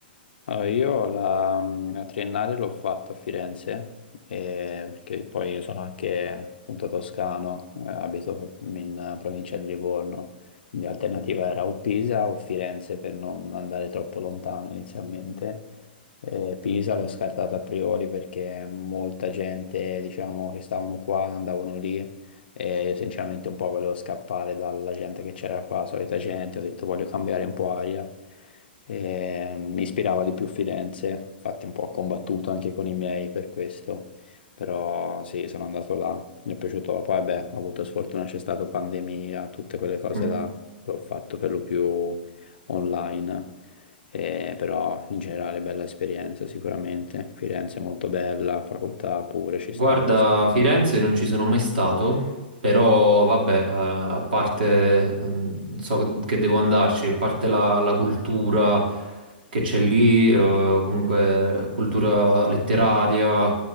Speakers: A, on the left; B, on the right.
A: Allora, io la, la triennale l'ho fatto a Firenze, eh, perché poi io sono anche appunto toscano, eh, abito in provincia di Livorno, quindi l'alternativa era o Pisa o Firenze per non andare troppo lontano inizialmente. Eh, Pisa l'ho scartato a priori perché molta gente, diciamo, che stavano qua andavano lì e io sinceramente un po' volevo scappare dalla gente che c'era qua, la solita gente, ho detto voglio cambiare un po' aria. E mi ispirava di più Firenze, infatti un po' ho combattuto anche con i miei per questo, però sì, sono andato là, mi è piaciuto, poi beh, ho avuto sfortuna, c'è stata pandemia, tutte quelle cose
B: Mm.
A: là, l'ho fatto per lo più online. Eh, però in generale bella esperienza sicuramente. Firenze è molto bella, facoltà pure, ci
B: Guarda,
A: stanno un sacco.
B: Firenze non ci sono mai stato, però vabbè, a, a parte, mm, so che devo andarci, a parte la, la cultura che c'è lì, eh, comunque cultura letteraria,